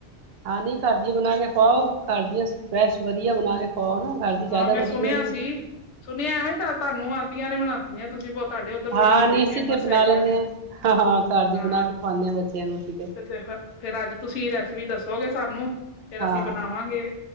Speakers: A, on the right; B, on the left.
A: ਹਾਂ ਨੀ ਕਰ ਦੀ ਬਣਾ ਕੇ ਖਵਾਓ ਘਰ ਦੀਆਂ ਫੈ੍ਸ਼ ਵਧੀਆ ਬਣਾ ਕੇ ਖਵਾਓ ਨਾ ਘਰ ਦੀ ਜ਼ਾਦਾ
B: ਹਾਂ ਮੈਂ
A: ਵਧੀਆ
B: ਸੁਣਿਆ
A: ਨੇ
B: ਸੀ। ਸੁਣਿਆ ਐਵੇਂ ਤਾਂ ਤੁਹਾਨੂੰ ਆਦੀਆਂ ਨੇ ਬਨਾਉਂਨੀਆਂ ਤੁਸੀਂ ਬਹੁ ਤੁਹਾਡੇ ਉੱਧਰ
A: ਹਾਂ
B: ਵੀ ਬੜੀ
A: ਨੀ ਅਸੀਂ
B: ਫੇਮਸ
A: ਤੇ ਬਣਾ
B: ਹੈਗੀਆਂ
A: ਲੈਂਦੇ
B: ਨੇ
A: ਹਾਂ ਹਾਂ ਹਾਂ ਘਰ ਦੀ
B: ਹਾਂ
A: ਬਣਾ ਕੇ ਖਵਾਉਂਦੇ ਹਾਂ ਬੱਚਿਆਂ ਨੂੰ ਅਸੀਂ
B: ਤੇ ਫੇਰ ਅੱਜ ਤੁਸੀਂ ਰੈਸਪੀ ਦੱਸੋਗੇ ਸਾਨੂੰ ਫਿਰ
A: ਹਾਂ
B: ਅਸੀਂ ਬਨਾਵਾਂਗੇ